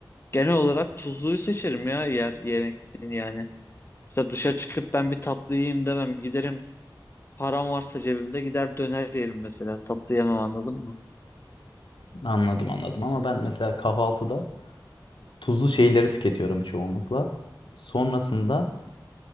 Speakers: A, on the left; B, on the left.
A: genel olarak tuzluyu seçerim ya yer yemek için yani. İşte dışarı çıkıp ben bir tatlı yiyeyim demem giderim param varsa cebimde gider döner yerim mesela tatlı yemem anladın mı?
B: Anladım anladım ama ben mesela kahvaltıda tuzlu şeyleri tüketiyorum çoğunlukla. Sonrasında